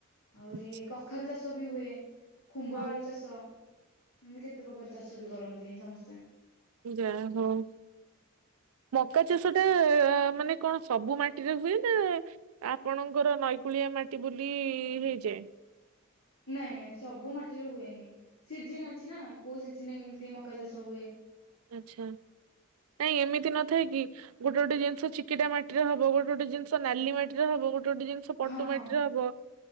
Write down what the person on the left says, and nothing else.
ଆହୁରି
କଖାରୁ ଚାଷ ବି ହୁଏ, ଖୁମ୍ଭ
ଆଳୁ ଚାଷ। ଏମତି କେତେ ପ୍ରକାର ଚାଷ ବି କରନ୍ତି ସମସ୍ତେ।
ନାଇଁ ନାଇଁ ସବୁ ମାଟିରେ ହୁଏନି। ସିଜିନ୍ ଅଛି ନା କୋଉ ସିଜ କିଚିନା କେମିତି ମକା ଚାଷ ହୁଏ।
ହଁ ହଁ